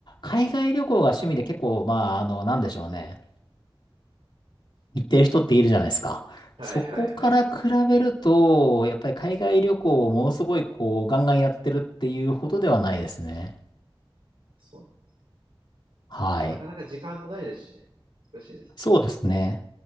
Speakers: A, on the left (about 55°); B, on the right (about 75°).
A: 海外旅行が趣味で結構、まあ、あの、なんでしょうね。行ってる人っているじゃないですか。
B: はいはいはいはい。
A: そこから比べると、やっぱり海外旅行をものすごい、こう、ガンガンやってるっていうほどではないですね。
B: そうなん
A: はい。
B: まあ、なかなか時間もないですしね。難しいです。
A: そうですね。